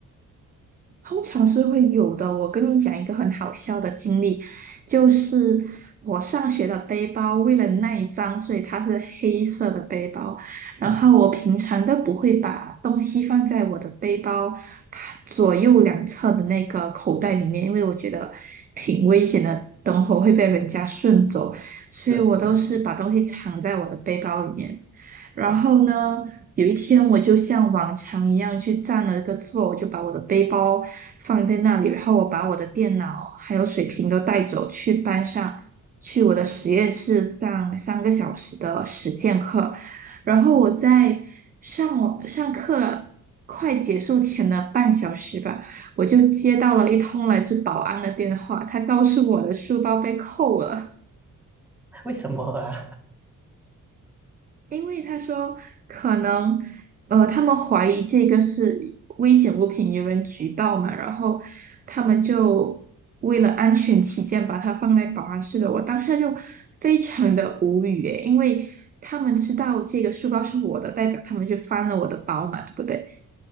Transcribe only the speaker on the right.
通常是会有的。我跟你讲一个很好笑的经历，就是我上学的背包，为了耐脏，所以它是黑色的背包。然后我平常都不会把东西放在我的背包
左右两侧的那个口袋里面，因为我觉得挺危险的，等会儿会被人家顺走，所以我都是把东西藏在我的背包里面。
然后呢，有一天我就像往常一样去占了个座，我就把我的背包放在那里，然后我把我的电脑还有水瓶都带走，去班上，去我的实验室上三个小时的实践课。然后我在上我上课快结束前的半小时吧，我就接到了一通来自保安的电话，他告诉我的书包被扣了。
因为他说可能，呃，他们怀疑这个是危险物品，有人举报嘛，然后他们就为了安全起见，把它放在保安室的。我当下就非常的无语诶，因为他们知道这个书包是我的，代表他们就翻了我的包嘛，对不对？